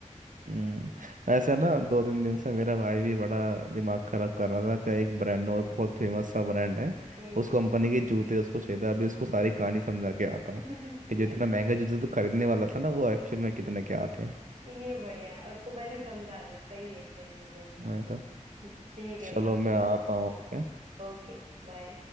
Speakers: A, on the right (about 80°); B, on the right (about 55°).
A: हम्म, वैसे ना दो तीन दिन से मेरा भाई भी बड़ा दिमाग खराब कर रहा था कि एक ब्रांड और बहुत फेमस सा ब्रांड है
B: हम्म
A: उस कंपनी के जूते उसको चाहिए था अभी उसको सारी कहानी समझा के आता हूँ
B: <laughs>
A: कि जो इतना महंगा जूते तो खरीदने वाला था ना वो एक्चुअल में कितने के आते हैं
B: ये बढ़िया उसको पहले समझा लो सही है सही है बिल्कुल
A: मैं कहा
B: ठीक है
A: चलो
B: समझा
A: मैं आता
B: लो
A: हूँ okay?
B: ओके बाय